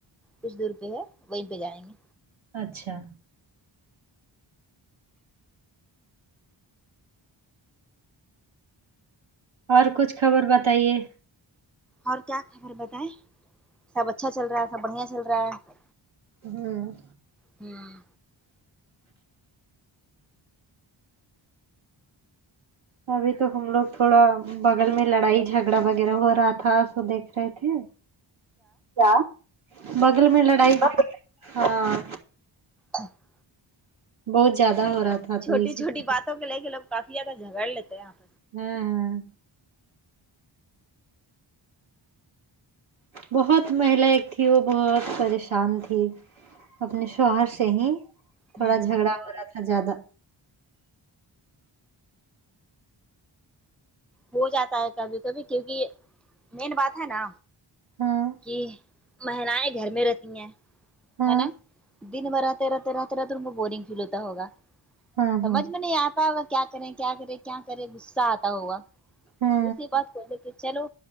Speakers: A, in the centre; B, on the right.
A: کچھ دور پہ ہے وہیں پہ جائیں گے
B: اچھا اور کچھ خبر بتائیے
A: اور کیا خبر بتائے سب اچھا چل رہا ہے سب بڑھیا چل رہا ہے
B: ہوں
A: ہوں
B: ابھی تو ہم لوگ تھوڑا بغل میں لڑائی جھگڑا وغیرہ ہو رہا تھا سب دیکھ رہے تھے کیا بغل میں لڑائی ہاں
A: اچھ <inaudible>
B: بہت زیادہ ہو رہا تھا
A: چھوٹی
B: تو اسی
A: چھوٹی
B: لیے
A: باتوں کو لے کے لوگ کافی زیادہ جھگڑ لیتے ہیں اپ
B: ہوں ہوں بہت مہیلا ایک تھی وہ بہت پریشان تھی اپنے شوہر سے ہی تھوڑا
A: میں ہوں
B: جھگڑا ہو رہا تھا زیادہ
A: ہو جاتا ہے کبھی کبھی کیونکہ مین بات ہے نا
B: ہاں
A: کہ مہلائیں گھر میں رہتی ہیں
B: ہاں
A: ہے نا دن میں رہتے رہتے رہتے رہتے ان کو بورنگ فیل ہوتا ہوگا
B: ہاں
A: سمجھ
B: ہاں
A: میں نہیں آتا ہوگا کیا کریں کیا کریں کیا کرے غصہ آتا ہوگا
B: ہوں
A: اسی بات کو لے کے چلو